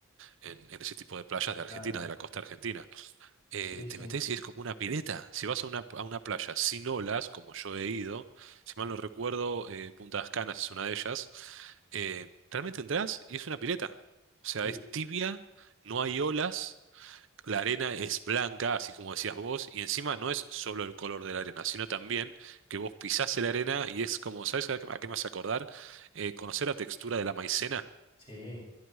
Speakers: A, on the right; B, on the left.
A: en en ese tipo de playas de Argentina,
B: Claro.
A: de la costa argentina eh,
B: Sí, sí.
A: te metes y es como una pileta. Si vas a una, a una playa sin olas, como yo he ido, si mal no recuerdo, eh, Punta Las Canas es una de ellas, eh, realmente entras y es una pileta. O sea,
B: Y-
A: es tibia, no hay olas, la arena es blanca, así como decías vos, y encima no es solo el color de la arena, sino también que vos pisás la arena y es como, ¿sabes a qué a qué me hace acordar? Eh, ¿conocer la textura de la maicena?
B: Sí,